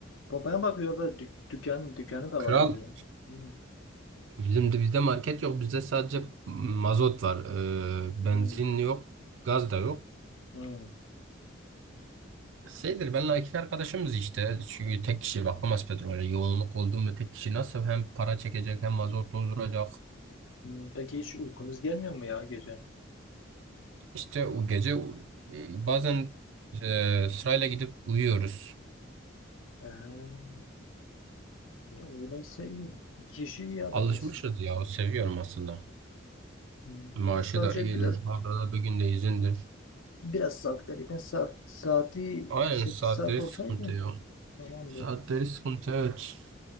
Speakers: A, on the left; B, on the right.
A: Babaya bakıyor da dük dükkan dükkanı da
B: Kral
A: var oluyor. Hmm,
B: bizim de bizde market yok. Bizde sadece mazot var. Ee, benzin
A: hmm,
B: yok. Gaz da yok.
A: hmm,
B: Şeydir benle iki arkadaşımız işte. Çünkü tek kişi bakamaz petrole. Yoğunluk oldu mu tek kişi nasıl hem para çekecek hem mazot dolduracak.
A: hmm. Peki hiç uykunuz gelmiyor mu ya gece?
B: İşte o gece e, bazen e, sırayla gidip uyuyoruz.
A: Ee, öyleyse iyi. Kişi iyi ya
B: Alışmışız
A: bence.
B: ya. Seviyorum aslında.
A: Hmm.
B: Maaşı
A: Yok sadece
B: da iyidir.
A: biraz
B: Haftada bir günde izindir.
A: biraz saat gariben saat saati
B: Aynen
A: 8
B: saatleri
A: saat olsaydı
B: sıkıntı ya.
A: tamamdı.
B: Saatleri sıkıntı evet.